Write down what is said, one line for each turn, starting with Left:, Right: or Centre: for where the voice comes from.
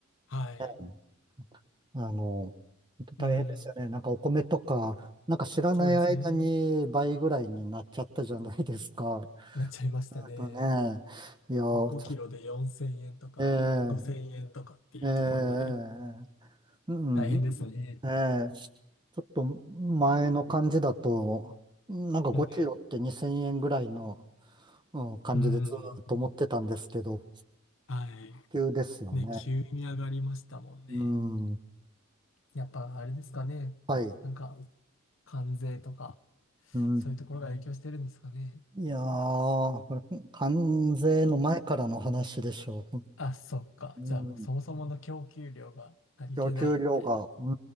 Left: はい。
Right: ええあのー、本当大変ですよね。
Left: うん。
Right: なんかお米とか、なんか知らない間に倍ぐらいになっちゃったじゃないですか。
Left: そうですね。なっちゃいましたね。
Right: あとね、いや、ちょ
Left: もう5キロで4000円とか5000円とかっていうところまで
Right: ええ、ええ、ええうん、
Left: 大変ですね。
Right: ええちょっと前の感じだと、なんか5キロって2000円ぐらいの、
Left: うん。
Right: うん、感じでずーっと持ってたんですけど、
Left: うん。はい。
Right: 急ですよね。
Left: ね、急に上がりましたもんね。
Right: うん、
Left: やっぱあれですかね。
Right: はい。
Left: なんか、関税とか、
Right: うん、
Left: そういうところが影響してるんですかね。
Right: いやー、
Left: なんか
Right: これ、関税の前からの話でしょう。
Left: あ、そっか。
Right: うん、
Left: じゃあもうそもそもの供給量が足りてないみたいな。
Right: 供給量が、う